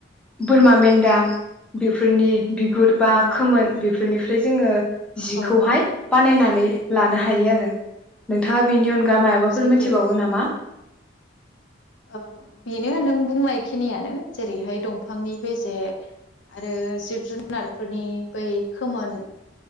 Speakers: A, in the centre; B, on the left.
A: बोरमा मेन्दा बेफोरनि बिगुर बा
B: औ
A: खोमोन बे बेफोरनिफ्राय जोङो जिखौहाय
B: औ औ
A: बानायनानै लानो हायो आरो नोंथाङा बेनि अनगा
B: औ
A: मायबाफोर
B: सैथो
A: मोनथिबावगौ नामा?
B: ओ बेनो नों बुंनाय खिनियानो जेरैहाय दंफांनि बेजे आरो जिब जुनारफोरनि बै खोमोन